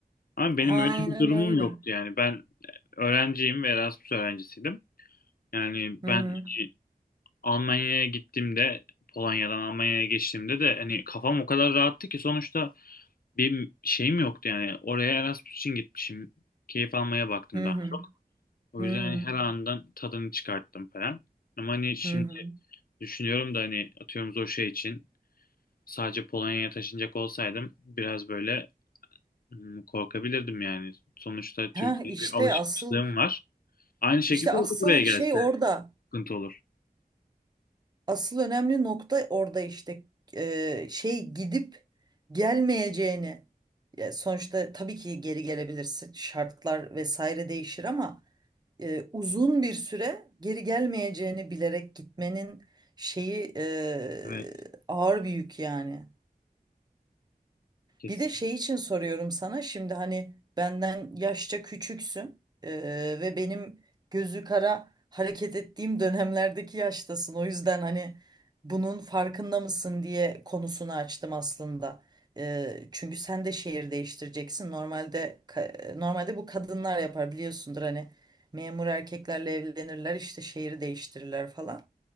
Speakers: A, on the left; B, on the right.
A: Ama benim
B: Aynen
A: öyle bir durumum
B: öyle.
A: yoktu yani. Ben öğrenciyim ve Erasmus öğrencisiydim. Yani
B: Hı
A: ben hani, Almanya'ya gittiğimde Polonya'dan Almanya'ya geçtiğimde de hani kafam o kadar rahattı ki sonuçta bir şeyim yoktu yani. Oraya Erasmus için gitmişim. Keyif almaya baktım
B: hı
A: daha
B: hı
A: çok. O
B: hı hı
A: yüzden hani
B: hı.
A: her andan tadını çıkarttım falan. Ama hani şimdi
B: hı. hı.
A: düşünüyorum da hani atıyorum o şey için sadece Polonya'ya taşınacak olsaydım biraz böyle hmm, korkabilirdim yani. Sonuçta
B: Ha
A: Türkiye'ye
B: işte
A: bir alışmışlığım
B: asıl
A: var. Aynı şekilde
B: işte asıl
A: o da buraya gelse
B: şey orada.
A: sıkıntı olur.
B: Asıl önemli nokta orada işte E, şey gidip gelmeyeceğini. Ya sonuçta tabii ki geri gelebilirsin. Şartlar vesaire değişir ama e, uzun bir süre geri gelmeyeceğini bilerek gitmenin şeyi e,
A: Evet,
B: ağır bir yük yani.
A: kesin.
B: Bir de şey için soruyorum sana şimdi hani benden yaşça küçüksün eee, ve benim gözü kara hareket ettiğim dönemlerdeki yaştasın. O yüzden hani bunun farkında mısın diye konusunu açtım aslında. Eee, çünkü sen de şehir değiştireceksin. Normalde ka- normalde bu kadınlar yapar biliyorsundur hani memur erkeklerle evlenirler işte şehri değiştirirler falan.